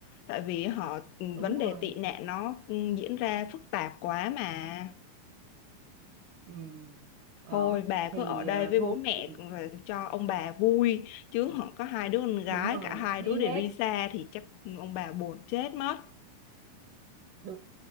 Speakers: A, on the left; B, on the right.
A: tại vì họ ừ,
B: đúng
A: vấn đề
B: rồi
A: tị nạn nó ừ, diễn ra phức tạp quá mà.
B: ừ. ờ,
A: Thôi bà cứ
B: thì
A: ở đây
B: ờ,
A: với
B: thôi
A: bố mẹ
B: thì
A: rồi cho ông bà vui, chứ họ có hai đứa con gái,
B: đúng rồi
A: cả hai
B: đi
A: đứa đều
B: hết
A: đi xa thì chắc ông bà buồn chết mất.
B: đúng.